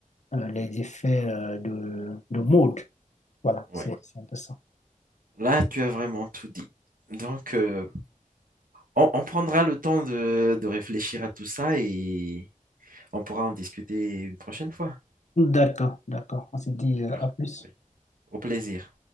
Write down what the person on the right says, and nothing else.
Ouais.
Là, tu as vraiment tout dit. Donc, euh, on, on prendra le temps de, de réfléchir à tout ça et on pourra en discuter une prochaine fois.
D'accord.
Oui. Au plaisir.